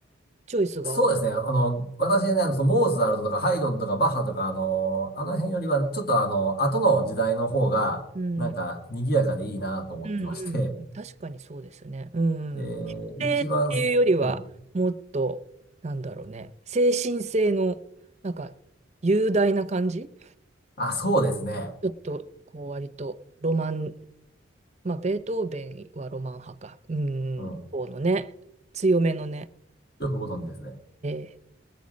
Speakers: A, on the right (about 35°); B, on the left (about 55°).
A: チョイスが多い。
B: そうですね。あの、私ね、あの、そのモーツァルトとかハイドンとかバッハとか、あの、あの辺よりは、ちょっとあの、後の時代の方が、
A: うん。
B: なんか、
A: うん。
B: 賑やかでいいなと思ってまして、
A: うんうん確かにそうですね。うん。
B: えー、
A: 否定っていうよりは、
B: 一番、うん
A: もっと、なんだろうね。精神性の、なんか、雄大な感じ
B: あ、そうですね。
A: ちょっと、こう、割と、ロマン、まあ、ベートーベンはロマン派か。うん、
B: うん。よ
A: そのね、強めのね。
B: くご存知ですね。
A: ええ